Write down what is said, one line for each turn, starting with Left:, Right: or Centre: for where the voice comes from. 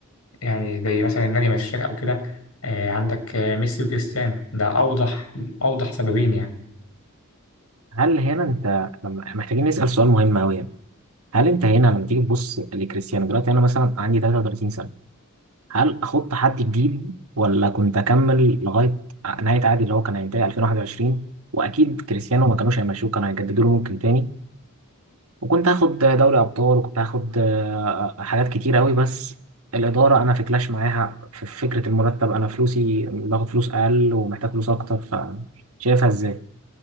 Left: يعني زي مثلا النادي مشاك أو كده آه، عندك آه، ميسي وكريستيانو ده أوضح أوضح سببين يعني
Right: هل هنا انت لما احنا محتاجين نسأل سؤال مهم قوي يعني هل انت هنا لما تيجي تبص لكريستيانو دلوقتي انا مثلا عندي 33 سنة هل احط حد جديد ولا كنت اكمل لغاية نهاية عقدي اللي هو كان هينتهي 2021 واكيد كريستيانو ما كانوش هيمشوه كانوا هيجددوا له ممكن تاني وكنت هاخد دوري ابطال وكنت هاخد آه، حاجات كتير قوي بس الإدارة أنا في كلاش معاها في فكرة المرتب أنا فلوسي باخد فلوس أقل ومحتاج فلوس أكتر فشايفها إزاي؟